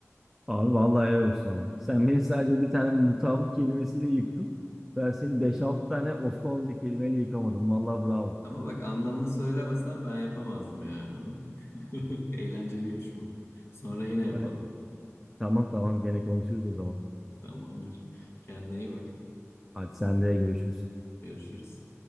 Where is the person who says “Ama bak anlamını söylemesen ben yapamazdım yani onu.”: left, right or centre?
Left